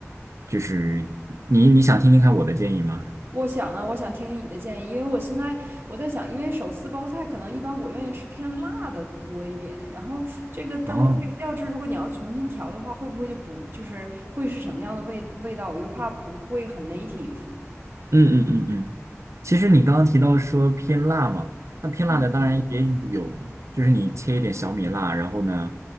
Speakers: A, on the right; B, on the right.
A: 就是你你想听听看我的建议吗？
B: 我想啊，我想听听你的建议，因为我现在我在想，因为手撕包菜可能一般我愿意吃偏辣的多一点，然后这个的话，
A: 哦，
B: 这个料汁如果你要重新调的话，会不会就不就是会是什么样的味味道？我又怕不会很 native。
A: 嗯嗯嗯嗯。其实你刚刚提到说偏辣嘛，那偏辣的当然也有，
B: 嗯
A: 就是你切一点小米辣，然后呢